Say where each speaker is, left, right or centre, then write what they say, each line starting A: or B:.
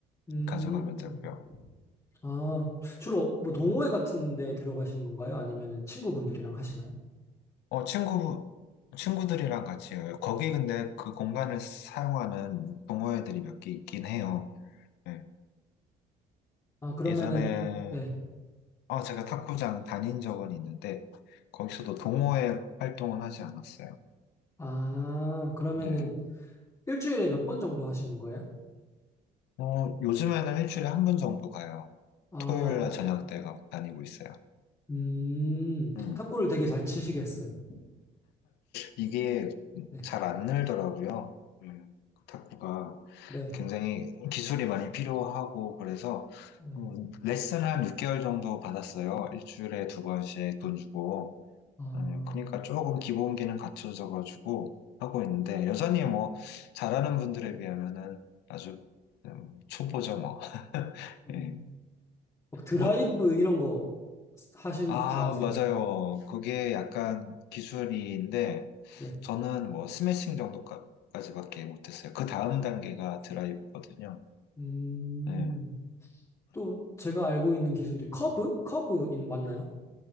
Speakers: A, on the left (about 20°); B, on the left (about 80°).
A: 음,
B: 가져가면 되고요.
A: 아, 주로 뭐 동호회 같은 데 들어가신 건가요? 아니면은 친구분들이랑 하시나요?
B: 어, 친구, 친구들이랑 같이 해요. 거기 근데 그 공간을 사용하는 동호회들이 몇 개 있긴 해요. 예.
A: 아, 그러면은,
B: 예전에,
A: 네.
B: 어, 제가 탁구장 다닌 적은 있는데, 거기서도 동호회 활동은 하지 않았어요.
A: 아, 그러면은
B: 네.
A: 일주일에 몇 번 정도 하시는 거예요?
B: 어, 요즘에는 일주일에 한 번 정도 가요.
A: 아,
B: 토요일 날 저녁 때 가- 다니고 있어요.
A: 음,
B: 음.
A: 탁구를 되게 잘 치시겠어요.
B: 이게
A: 네,
B: 잘 안 늘더라고요. 음, 탁구가
A: 네,
B: 굉장히 기술이 많이 필요하고 그래서
A: 네.
B: 음, 레슨 한 6개월 정도 받았어요. 일주일에 두 번씩 돈 주고.
A: 아,
B: 예, 그러니까 조금 기본기는 갖춰져 가지고 하고 있는데 여전히 뭐 잘하는 분들에 비하면은 아주 음, 초보죠 뭐. <laughs>
A: 음.
B: 예.
A: 막 드라이브
B: 뭐,
A: 이런 거 하실
B: 아,
A: 줄 아세요?
B: 맞아요. 그게 약간 기술인데
A: 네.
B: 저는 뭐 스매싱 정도까지밖에 못했어요. 그 다음 단계가 드라이브거든요.
A: 음,
B: 예.
A: 또 제가 알고 있는 기술이 커브? 커브인 맞나요?